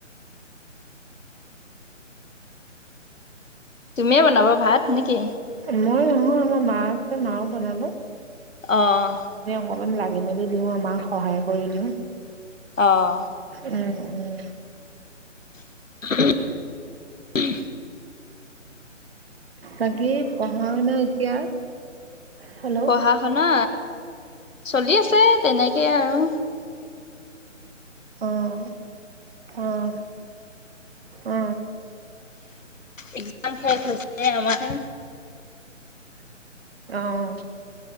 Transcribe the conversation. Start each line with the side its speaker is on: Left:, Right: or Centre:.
Left: তুমিয়ে বনাবা ভাত নেকি?
Right: মই নহয় আমাৰ মা আছে মাও বনাব।
Left: অ'
Right: অকন লাগি মেলি দিওঁ আ মাক সহায় কৰি দিওঁ,
Left: অ',
Right: উম। উম।
Left: <inaudible>
Right: তাকে পঢ়া শুনা এতিয়া। হেল্ল'
Left: পঢ়া শুনা চলি আছে তেনেকে আৰু
Right: অ' অ' অ
Left: এক্জাম শেষ হৈছে আমাৰ।
Right: আহ,